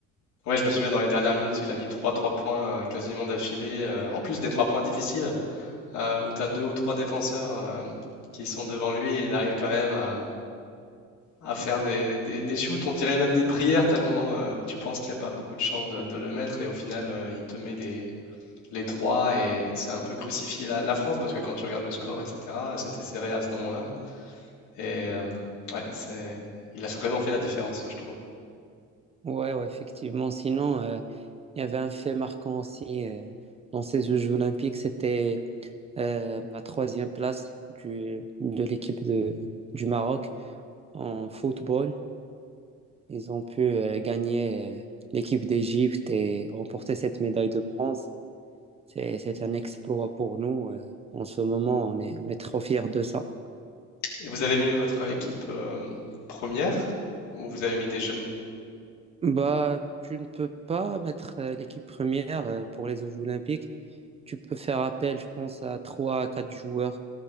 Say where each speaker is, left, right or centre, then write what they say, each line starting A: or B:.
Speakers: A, on the left; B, on the right.
A: Ouais, je me souviens dans les dernières minutes, il a mis trois trois points euh, quasiment d'affilée. euh, en plus des 3 points difficiles, euh, où tu as deux ou trois défenseurs euh, qui sont devant lui et il arrive quand même à, à faire des, des, des shoots, on dirait même des prières, tellement euh, tu penses qu'il n'y a pas beaucoup de chances de, de le mettre, et au final, euh, il te met les, les trois, et c'est un peu crucifié la, la France, parce que quand tu regardes le score, etc., c'était serré à ce moment-là. Et euh, ouais, c'est, il a vraiment fait la différence, je trouve.
B: Ouais, ouais, effectivement. Sinon, euh, il y avait un fait marquant aussi euh, dans ces Jeux olympiques, c'était euh, la troisième place du, de l'équipe de, du Maroc en football. Ils ont pu euh, gagner euh, l'équipe d'Égypte et remporter cette médaille de bronze. C'est, c'est un exploit pour nous. euh. en ce moment, on est, on est trop fiers de ça.
A: Et vous avez mis votre équipe euh, première, ou vous avez mis des jeunes?
B: Bah, tu ne peux pas mettre euh, l'équipe première euh, pour les Jeux Olympiques. Tu peux faire appel, je pense, à 3, à 4 joueurs